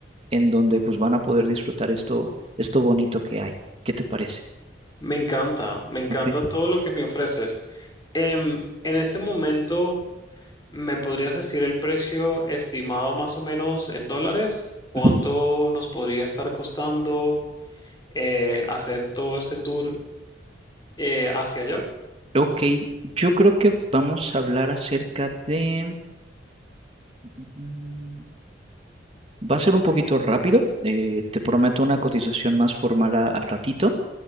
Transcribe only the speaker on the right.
en donde pues van a poder disfrutar esto, esto bonito que hay. ¿Qué te parece?
Ok.
Ujú.
Ok, yo creo que vamos a hablar acerca de... mm, Va a ser un poquito rápido, eh, te prometo una cotización más formal a- al ratito,